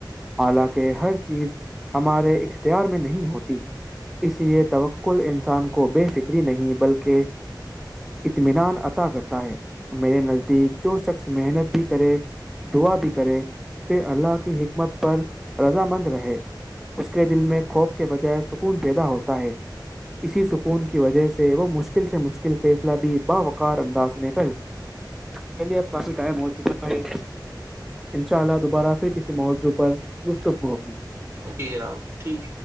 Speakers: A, in the centre; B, on the right.
A: حالانکہ ہر چیز ہمارے اختیار میں نہیں ہوتی اس لیے توکل انسان کو بے فکری نہیں بلکہ اطمینان عطا کرتا ہے میرے نزدیک جو شخص محنت بھی کرے دعا بھی کرے پھر اللہ کی حکمت پر رض مند رہے اس کے دل میں خوف کے بجائے سکون پیدا ہوتا ہے اسی سکون کی وجہ سے وہ مشکل سے مشکل فیس بی باوکار انداز میں چلیے اب کافی ٹائم ہو چکا ہے ان شاء اللہ دوبارہ پھر موضع پر گفتگ ہو ہوگی
B: جی جنااؤ ٹھیک